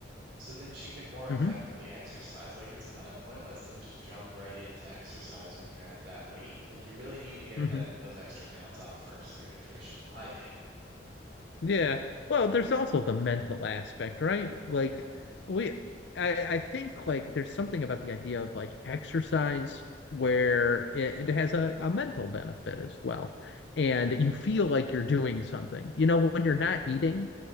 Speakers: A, on the right; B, on the left.
A: so then she can more effectively
B: hmm
A: exercise. Like it's kind of pointless to just jump right into exercise when you're at that weight. Like you really need to get
B: hmm
A: that those extra pounds off first through nutrition, I think.
B: Yeah. Well, there's also the mental aspect, right? Like
A: Mm,
B: we I I think like there's something about the idea of like exercise where it, it has a, a mental benefit as well. And
A: right.
B: you feel like you're doing something. You know, when you're not eating,